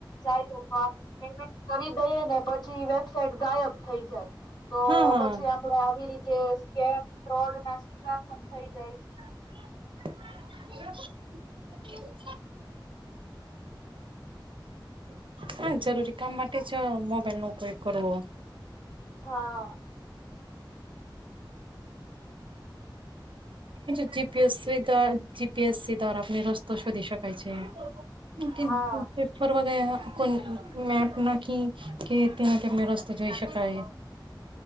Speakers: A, on the left; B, on the right.
A: તો આપડ પેમેન્ટ કરી દઈએ ને પછી વેબસાઇટ ગાયબ થઈ જાય. તો
B: હા હા
A: પછી આપડે આવી રીતે સ્કેમ ફ્રોડ ના શિકાર પણ થઈ જાય છે.
B: <unintelligible>
A: <inaudible>
B: હા જરૂરી કામ માટે જ મોબાઈલ નો ઉપયોગ કરવો.
A: હા.
B: જી જીપીએસસી દ્વાર જીપીએસસી દ્વારા આપને રસ્તો શોધી શકાય છે. <unintelligible>
A: હા
B: ફરવા ગયા કોઈ મેપ નાખી કે ત્યાં તેમને રસ્તો જોઈ શકાય.